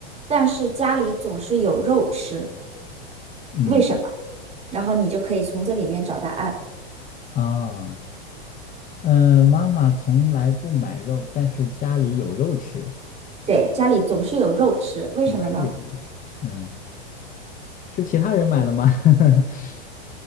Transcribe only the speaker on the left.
嗯
啊，嗯，妈妈从来不买肉，但是家里有肉吃，
总是有肉吃，嗯，是其他人买了吗？<laughs>